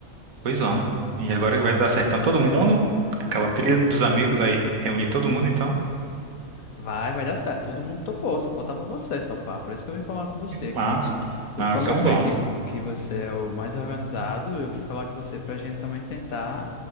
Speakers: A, on the right; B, on the left.
A: Pois vamos. E agora que vai dar certo. Então, todo mundo, aquela trilha dos amigos, vai reunir todo mundo, então.
B: Vai, vai dar certo. Todo mundo topou, só faltava você topar. Por isso que eu vim falar com você
A: Que
B: aqui.
A: massa.
B: E
A: Ah,
B: como
A: então
B: eu sei
A: vamos.
B: que, que você é o mais organizado, eu vim falar com você para a gente também tentar